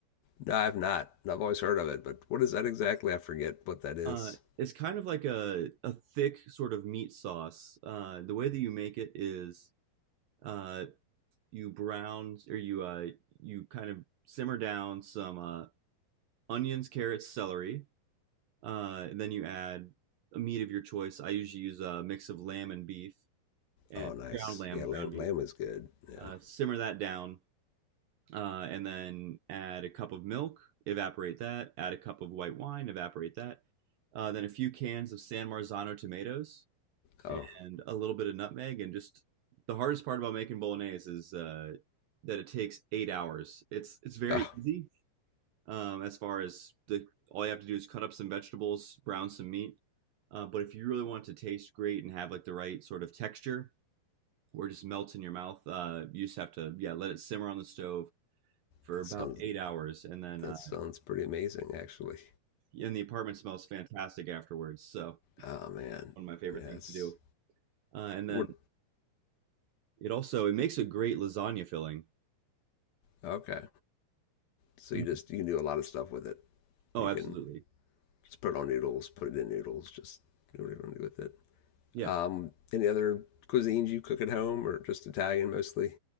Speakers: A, on the left; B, on the right.
A: No, I've not. I've always heard of it, but what is that exactly? I forget what that is.
B: Uh, it's kind of like a a thick sort of meat sauce. Uh, the way that you make it is uh, you brown or you uh, you kind of simmer down some uh, onions, carrots, celery, uh, and then you add a meat of your choice. I usually use a mix of lamb and beef and
A: Oh, nice.
B: ground lamb,
A: Yeah,
B: ground
A: lamb
B: beef.
A: lamb is good. Yeah.
B: Uh, simmer that down uh, and then add a cup of milk, evaporate that, add a cup of white wine, evaporate that, uh, then a few cans of San Marzano tomatoes
A: Oh,
B: and a little bit of nutmeg. And just the hardest part about making bolognese is uh, that it takes eight hours. It's it's very
A: <laughs> oh,
B: easy um, as far as the all you have to do is cut up some vegetables, brown some meat. Uh, but if you really want it to taste great and have like the right sort of texture, where it just melts in your mouth, uh, you just have to yeah let it simmer on the stove for
A: that
B: about
A: sounds
B: eight hours, and then
A: that
B: uh,
A: sounds pretty amazing actually.
B: and the apartment smells fantastic afterwards. So
A: Oh man.
B: one of my favorite
A: Yes.
B: things to do. Uh, and then
A: What?
B: it also it makes a great lasagna filling.
A: Okay. So
B: Mhm.
A: you just you can do a lot of stuff with it.
B: Oh,
A: You
B: absolutely.
A: can just put it on noodles, put it in noodles, just do whatever you want to do with it.
B: Yeah.
A: Um, any other cuisines you cook at home or just Italian mostly?